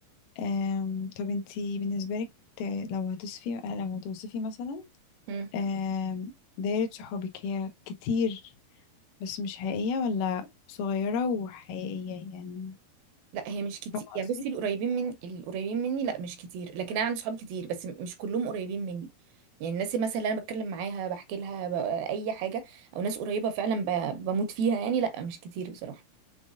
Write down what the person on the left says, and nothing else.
أم، طب انتي بالنسبة لك ت- لو هتصفي لو هتوصفي مثلا
أم، دايرة صحابك هي كتير بس مش حقيقية ولا صغيرة وحقيقية يعني
فاهمة
قصدي؟